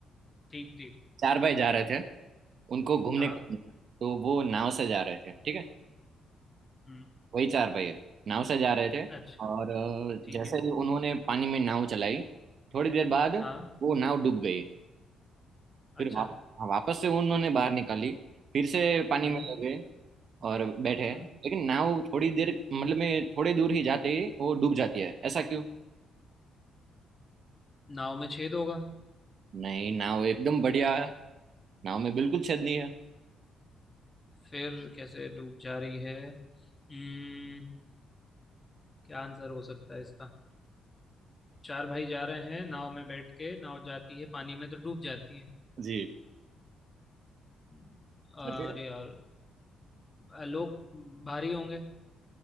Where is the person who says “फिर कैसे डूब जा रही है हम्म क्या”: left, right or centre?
Left